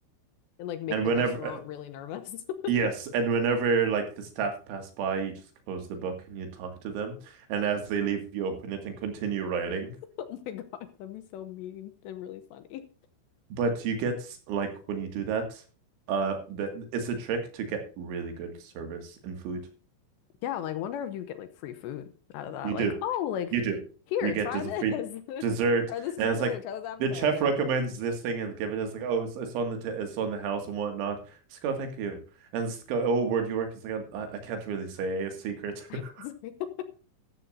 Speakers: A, on the left; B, on the right.
A: like make
B: And
A: the
B: whenever
A: restaurant really nervous. <laughs>
B: Yes, and whenever like the staff pass by, you just close the book and you talk to them. And as they leave, you open it and continue writing.
A: Oh my gosh, that'd be so mean and really funny.
B: But you get s- like when you do that, uh, that it's a trick to get really good service and food.
A: Yeah, I'm like, I wonder if you get like free food out of that.
B: You
A: Like,
B: do,
A: oh, like
B: you do.
A: here,
B: You get
A: try
B: des
A: this.
B: <laughs> free
A: <laughs>
B: dessert,
A: Try this dessert,
B: and it's like
A: try this appetizer.
B: the chef recommends this thing and give it. It's like, oh, it's, it's on the t it's on the house and whatnot. Let's go, thank you. And let's go, oh, where do you work? It's like, I, I can't really say a secret.
A: <laughs>
B: <laughs>
A: <laughs>